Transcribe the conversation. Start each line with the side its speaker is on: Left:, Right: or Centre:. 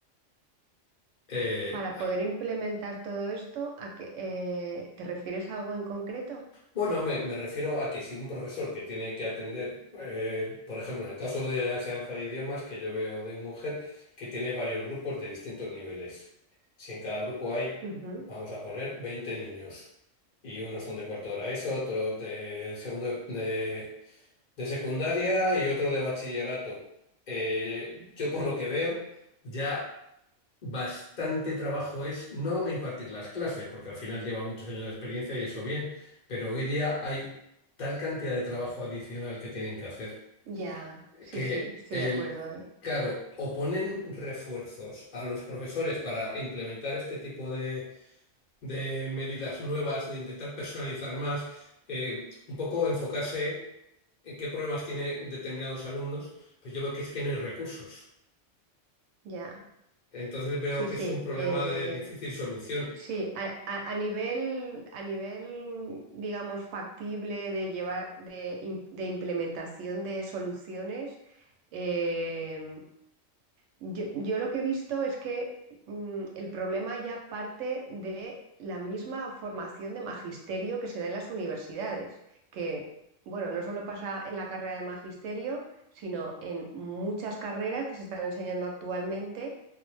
Left: Eh,
Right: Para poder implementar todo esto, ¿a qué, eh, te refieres a algo en concreto?
Left: Bueno, me, me refiero a que si un profesor que tiene que atender, eh, por ejemplo, en el caso de la enseñanza de idiomas que yo veo de mujer, que tiene varios grupos de distintos niveles. Si en cada grupo hay,
Right: Ujú.
Left: vamos a poner, 20 niños, y unos son de cuarto de la ESO, otros de segundo de, de secundaria y otro de bachillerato. Eh, yo por lo que veo, ya... Bastante trabajo es no impartir las clases, porque al final lleva muchos años de experiencia y eso bien, pero hoy día hay tal cantidad de trabajo adicional que tienen que hacer
Right: Ya, sí,
Left: que
Right: sí, estoy
Left: el,
Right: de acuerdo, ¿eh?
Left: claro, o ponen refuerzos a los profesores para implementar este tipo de, de medidas nuevas, de intentar personalizar más, eh, un poco enfocarse en qué problemas tienen determinados alumnos, pues yo veo que es que no hay recursos.
Right: Ya.
Left: Entonces veo
Right: Sí,
Left: que
Right: sí,
Left: es un problema
Right: eh,
Left: de difícil solución.
Right: sí, a, a- a nivel, a nivel, digamos, factible de llevar, de, im- de implementación de soluciones, eh, yo, yo lo que he visto es que mm, el problema ya parte de la misma formación de magisterio que se da en las universidades, que, bueno, no solo pasa en la carrera de magisterio, sino en muchas carreras que se están enseñando actualmente